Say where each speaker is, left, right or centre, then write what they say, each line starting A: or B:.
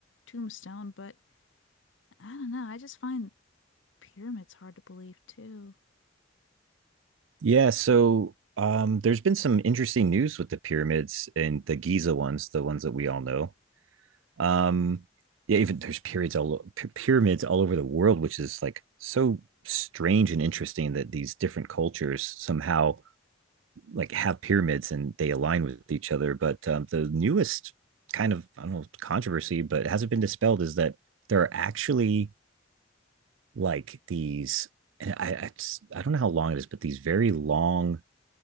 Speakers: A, on the left; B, on the right.
A: tombstone, but I don't know. I just find Pyramids hard to believe too.
B: Yeah, so um there's been some interesting news with the pyramids and the Giza ones, the ones that we all know. Um, yeah, even there's periods all pyramids all over the world, which is like so strange and interesting that these different cultures somehow like have pyramids and they align with each other. But um, the newest kind of I don't know controversy, but it hasn't been dispelled is that there are actually like these, and I I, I don't know how long it is, but these very long